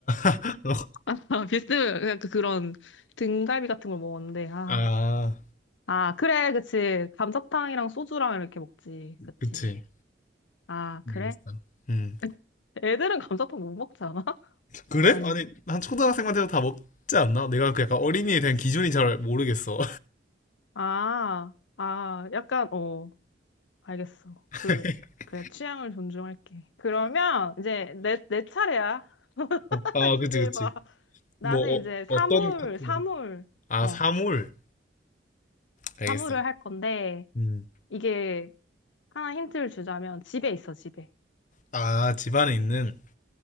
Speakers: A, on the left (about 45°); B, on the left (about 85°).
A: <laughs>
B: <laughs> 비스, 그냥 그, 그런 등갈비 같은 걸 먹었는데, 아,
A: 아
B: 아, 그래, 그치. 감자탕이랑 소주랑 이렇게 먹지. 그치.
A: 그치.
B: 아,
A: 알겠어.
B: 그래?
A: 음.
B: <laughs> 애들은 감자탕 못 먹지 않아? <laughs>
A: 그래?
B: 아닌가?
A: 아니 한 초등학생만 해도 다 먹지 않나? 내가 그 약간 어린이에 대한 기준이 잘 모르겠어.
B: 아, 아, 약간, 어, 알겠어.
A: <laughs>
B: 그, 그래, 취향을 존중할게. 그러면 이제 내, 내 차례야. <laughs>
A: 아
B: 기대해봐.
A: 그치 그치.
B: 나는
A: 뭐
B: 이제
A: 어, 어떤
B: 사물,
A: 카테고리?
B: 사물,
A: 아
B: 어,
A: 사물. 알겠어.
B: 사물을 할 건데,
A: 음.
B: 이게 하나 힌트를 주자면 집에 있어, 집에.
A: 아 집안에 있는.